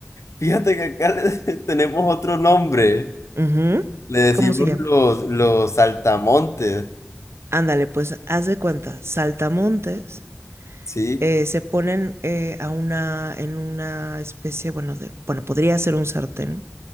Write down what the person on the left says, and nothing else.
Fíjate que acá le- <laughs> tenemos otro nombre.
Le decimos
los, los saltamontes,
¿sí?